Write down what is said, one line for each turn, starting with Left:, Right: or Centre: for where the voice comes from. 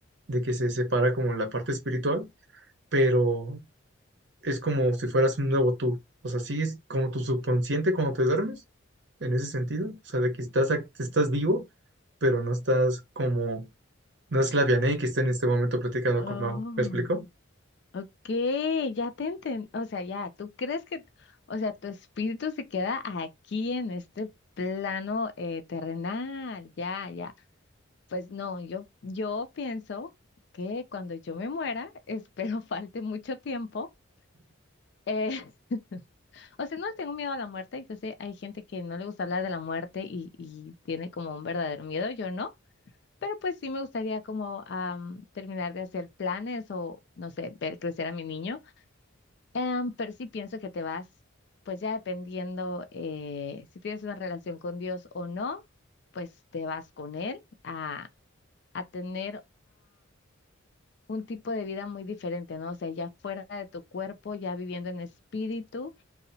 Right: de que se separa como la parte espiritual, pero es como si fueras un nuevo tú. O sea, sí es como tu subconsciente cuando te duermes, en ese sentido. O sea, de que estás, ac- estás vivo, pero no estás como, no es la Vianey que está en este momento platicando
Left: Oh,
Right: con Mao. ¿Me explico?
Left: ok, ya te enten, o sea, ya, tú crees que, o sea, tu espíritu se queda aquí en este plano eh, terrenal, ya, ya. Pues no, yo, yo pienso que cuando yo me muera, espero <laughs> falte mucho tiempo. eh, <laughs> o sea, no le tengo miedo a la muerte. Yo sé, hay gente que no le gusta hablar de la muerte y, y tiene como un verdadero miedo, yo no. Pero pues sí me gustaría como am, terminar de hacer planes o, no sé, ver crecer a mi niño. Em, pero sí pienso que te vas, pues ya dependiendo eh, si tienes una relación con Dios o no, pues te vas con él a, a tener... un tipo de vida muy diferente, ¿no? O sea, ya fuera de tu cuerpo, ya viviendo en espíritu